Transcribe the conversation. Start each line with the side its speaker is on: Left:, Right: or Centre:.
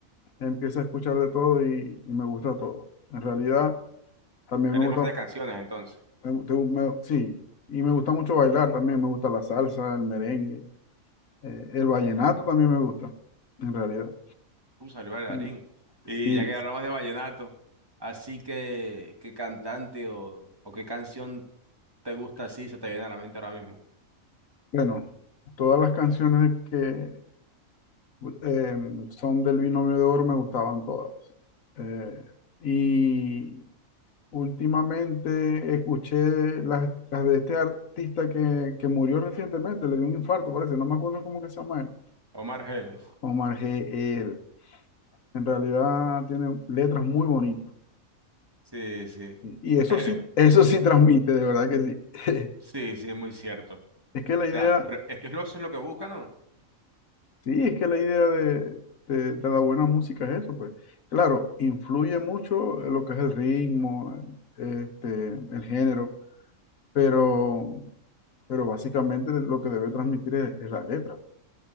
Left: empiezo a escuchar de todo y, y me gusta todo. En realidad, también
Right: Eres
Left: me gusta,
Right: más de canciones entonces.
Left: te- te- me- sí, y me gusta mucho bailar también, me gusta la salsa, el merengue, eh, el vallenato también me gusta, en realidad.
Right: Uh, salió bailarín.
Left: Y
Right: Y
Left: sí,
Right: ya que hablamos de vallenato, así que, ¿qué cantante o, o qué canción te gusta así se te viene a la mente ahora mismo?
Left: bueno, todas las canciones que eh, son del Binomio de Oro me gustaban todas. Eh, y últimamente escuché las, las de este artista que, que murió recientemente, le dio un infarto, parece, no me acuerdo cómo que se llama él.
Right: Omar Geles.
Left: Omar G. L. En realidad tiene letras muy bonitas.
Right: Sí, sí.
Left: sí. Y eso
Right: <laughs>
Left: sí, eso sí transmite, de verdad que sí. <laughs>
Right: Sí, sí, muy cierto. O
Left: Es que la idea,
Right: sea, pero es que es lo, eso es lo que buscan, ¿no?
Left: sí, es que la idea de, de- de la buena música es eso, pues. Claro, influye mucho lo que es el ritmo, este, el género, pero, pero básicamente lo que debe transmitir es, es la letra,